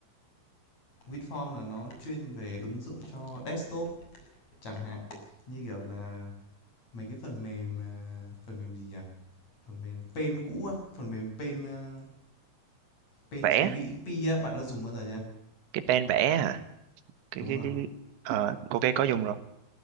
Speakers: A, on the left; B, on the right.
A: WinForm là nó chuyên về ứng dụng cho desktop chẳng hạn như kiểu là mấy cái phần mềm ờ, phần mềm gì nhỉ phần mềm pen cũ á phần mềm pen ờ, Paint
B: vẽ
A: trên WXP á, bạn đã dùng bao giờ chưa?
B: cái pen vẽ à cái
A: Đúng
B: cái
A: rồi.
B: cái ờ ok có dùng rồi